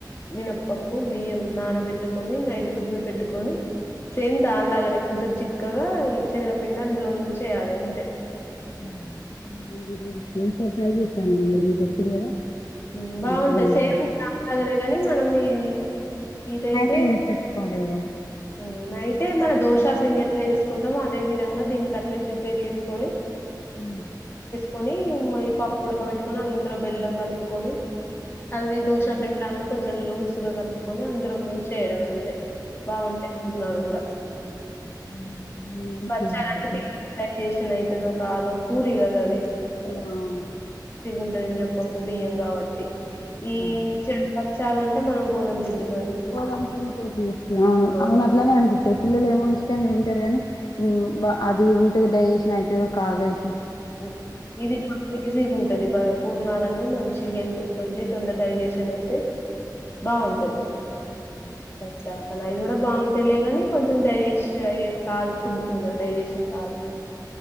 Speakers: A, on the left (about 35°); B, on the left (about 65°).
A: మినప్పప్పు బియ్యం నానబెట్టుకొని నైట్ రుబ్బి పెట్టుకొని సేమ్ దానిలాగానే కొంచెం చిక్కగా ఈ శనగపిండి అందులో ముంచేయాలి అంతే
B: <unintelligible>
A: ఉమ్ బాగుంటాయి
B: అట్లనే
A: సేమ్
B: చేస్తా
A: దానిలాగానే గాని మనం ఈ ఇదైతే
B: నైటే చేసి పెట్టుకోలేదా
A: ఉమ్ నైటె మన దోశ పిండి ఎట్ ఎట్లా వేసుకుంటామో అదే విధంగా దీనికట్నే ప్రిపేర్ చేసుకొని
B: ఉమ్
A: కొని మ్మ్ ఈ పప్పు ఉడక పెట్టుకొని అందులో బెల్లం కలుపుకొని అది దోశ పిండిలాగాను కొంచెం లూజ్ గా కలుపుకొని అందులో ముంచి వేయడమే అంతే బాగుంటాయి పుట్నాలు కూడా
B: హ్మ్. నేను కూడా
A: బచ్చాలు
B: చేయాలి
A: అంటే
B: అయితే
A: <unintelligible> తదో కాదో పూరిగద అది
B: ఆ అవును
A: గుంటది మినపప్పు బియ్యం కాబట్టి ఈ
B: ఆ
A: పచ్చాలంటే మనం గోధుమ పిండి
B: గోదాం పిండి తోని
A: ఆ!
B: అవును అట్లనే అనిపిస్తది పిల్లలేమో ఇష్టంగా తింటారు గానీ ఉమ్ అది ఉంటది డైజేషన్ అవుతదో కాదో ఇ
A: ఉమ్ ఇది బా ఈజీగా ఉంటది బా పూర్ణాల మంచి హెల్త్ కు మంచి తొందర డైజెషన్ అయితే బాగుంటది
B: ఉమ్
A: చాల అవి కూడా బాగుంటేలే కానీ కొంచెం డైజెస్ట్ అయ్యే కాదు ఫుడ్ తొందరగా డైజెషన్ కాదు